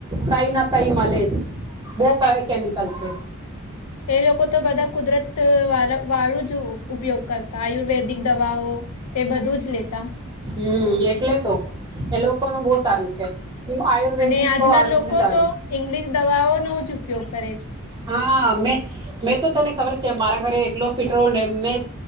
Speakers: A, on the right (about 20°); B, on the left (about 85°).
A: કઈ ના કઈ મલે જ. બહુ કેમિકલ છે
B: એ લોકો તો બધા કુદરત તો વાલ વાળું જ ઉપયોગ કરતા આયુર્વેદિક દવાઓ. એ બધું જ લેતા.
A: હમ્મ, એટલે તો એ લોકોનું બહુ સારું છે. આયુર્વેદિક
B: અને આજના
A: તો આરું
B: લોકો
A: સારું
B: તો ઈંગ્લિશ દવાઓનો જ ઉપયોગ કરે છે.
A: હા મે મેં તો તને ખબર છે મારા ઘરે કલો ફિટ રહોને મેં